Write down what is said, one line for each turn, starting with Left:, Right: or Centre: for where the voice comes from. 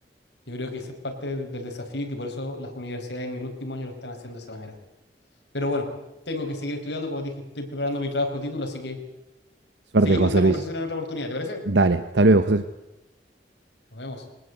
Left: Yo creo que ese es parte del desafío y que por eso las universidades en el último año lo están haciendo de esa manera. Pero bueno, tengo que seguir estudiando, como te dije, estoy preparando mi trabajo de título, así que
Right: Suerte,
Left: seguimos
Right: José
Left: esta conversación
Right: Luis.
Left: en otra oportunidad, ¿te parece?
Right: Dale, hasta luego, José.
Left: Nos vemos.